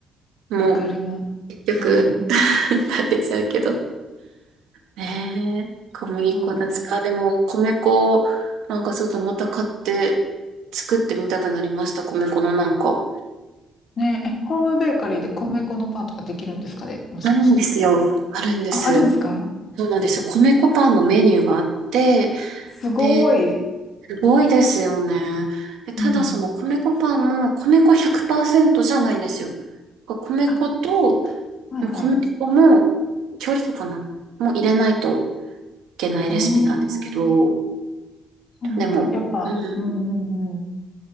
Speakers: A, on the right; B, on the left.
A: もう
B: わかります。
A: 結局
B: うん。
A: <laughs> 食べちゃうけど。ねえ、小麦粉だつか。
B: そう。
A: でも、米粉を、なんかちょっとまた買って、作ってみたくなりました。米粉のなんか。
B: ねえ、えホームベーカリーで米粉のパンとかできるんですかねもしかして。
A: あるんですよ。あるんです。
B: あ、あるんですか
A: そうなんですよ。米粉パンのメニューがあって、
B: すごい。
A: で、すごいですよね。で、ただその米粉パンも米粉100%
B: うん。
A: じゃないんですよ。米粉と
B: あ、はいはい。
A: この人も、調理とかな、もう入れないといけないレシピなんですけど、
B: ああ、そうなんだ。
A: でも、
B: やっぱ、
A: うん、
B: うんうんうん。